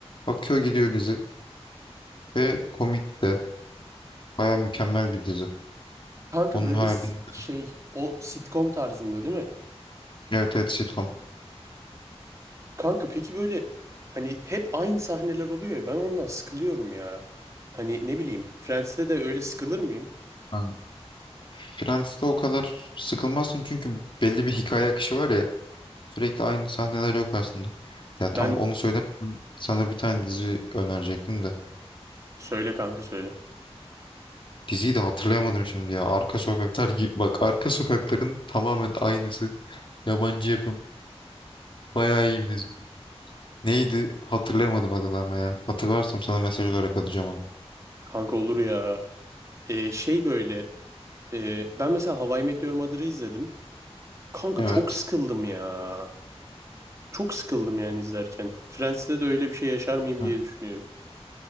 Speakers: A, on the left; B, on the right.
A: Akıyor gidiyor dizi. Ve komik de. Baya mükemmel bir dizi.
B: Kanka
A: Onun
B: böyle
A: haricinde.
B: s- şey o sitcom tarzında değil mi?
A: Evet evet sitcom.
B: Kanka peki böyle hani hep aynı sahneler oluyor ya ben ondan sıkılıyorum ya. Hani ne bileyim Friends'te de öyle sıkılır mıyım?
A: Yani Friends'te o kadar sıkılmazsın çünkü belli bir hikaye akışı var ya. Sürekli aynı sahneler yok aslında. Ya
B: Ben
A: tam onu söyledim. Sana bir tane dizi önerecektim de.
B: söyle kanka söyle.
A: Diziyi de hatırlayamadım şimdi ya. Arka Sokaklar gibi. Bak Arka Sokakların tamamen aynısı. Yabancı yapım. Bayağı iyi bir dizi. Neydi? Hatırlayamadım adını ama ya. Hatırlarsam sana mesaj olarak atacağım onu.
B: Kanka olur ya. Ee, şey böyle e, ben mesela How I Met Your Mother'ı izledim. Kanka
A: Evet.
B: çok sıkıldım ya. Çok sıkıldım yani izlerken. Friends'te de öyle bir şey yaşar mıyım diye
A: Evet.
B: düşünüyorum.